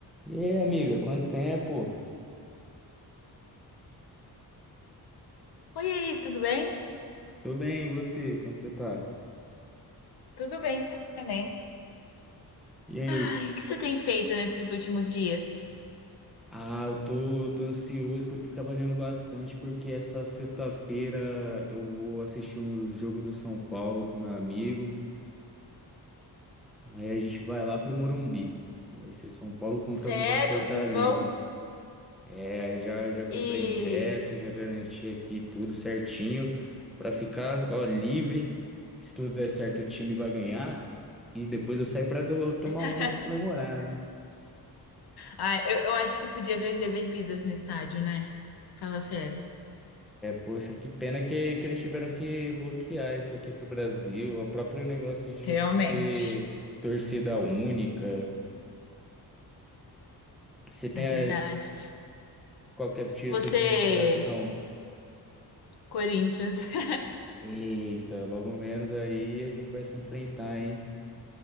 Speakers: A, in the centre; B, on the left (about 70°).
A: E aí, amiga, quanto tempo?
B: Oi, e aí, tudo bem?
A: Tô bem, e você? Como você tá?
B: Tudo bem também.
A: E aí?
B: Ai, o que você tem feito nesses últimos dias?
A: Ah, eu tô, tô ansioso que eu tô trabalhando bastante porque essa sexta-feira eu vou assistir um jogo do São Paulo com meu amigo. Aí a gente vai lá pro Morumbi. Vai ser São Paulo contra
B: Sério,
A: Mo- Fortaleza.
B: vocês vão?
A: É, Aí já, já comprei
B: E
A: ingresso, já garanti aqui tudo certinho pra ficar, ó, livre. Se tudo der certo, o time vai ganhar. E depois eu saio pra do- tomar
B: <laughs>
A: uma pra comemorar, né?
B: Ai, eu, eu acho que podia ver o Bebidas no estádio, né? Fala sério.
A: Poxa, que pena que, que eles tiveram que bloquear isso aqui pro Brasil. O próprio negócio de
B: realmente.
A: ser torcida única. Se tem
B: É
A: eh,
B: verdade.
A: qualquer tio,
B: Você,
A: seu time do coração.
B: Corinthians, <laughs>
A: Eita, logo menos aí a gente vai se enfrentar, hein?